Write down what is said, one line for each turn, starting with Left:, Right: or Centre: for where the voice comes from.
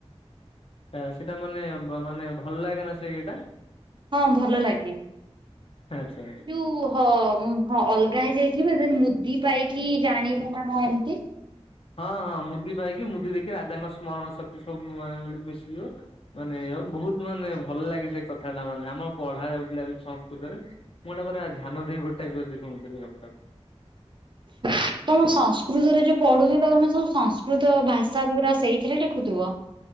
Left: ସେ ସେଇଟା ମାନେ ମାନେ ଭଲ ଲାଗେ ନା ସେଇ ଇଏଟା?
Right: ହଁ ଭଲ ଲାଗେ
Left: ଆଚ୍ଛା।
Right: ଯୋଉ ହ ହଁ ଅଲଗା ହେଇଯାଇଥିବେ ମୁଦି ପାଇକି ଜାଣିବେ ନା କଣ ଏମତି?
Left: ହଁ ହଁ ମୁଦି ପାଇକି ମୁଦି ଦେଖି ରାଜାଙ୍କ ସ୍ମରଣ ଶକ୍ତି ସବୁ ମାନେ ମିଶିଯିବ ମାନେ ବହୁତ ମାନେ ଭଲ ଲାଗେ ସେ କଥା ଟା ମାନେ ଆମର ପଢା ଯାଉଥିଲା ସେ ସଂସ୍କୃତରେ ମୁଁ ଗୋଟା ପୁରା ଧ୍ୟାନ ଦେଇକି ଶୁଣୁଥିଲି ଗପଟାକୁ।
Right: ତମ ସଂସ୍କୃତରେ ଯୋଉ ପଢୁ ତମେ ସବୁ ସଂସ କୃତ ଭାଷା ପୁରା ସେଇଥିରେ ଲେଖୁଥିବ?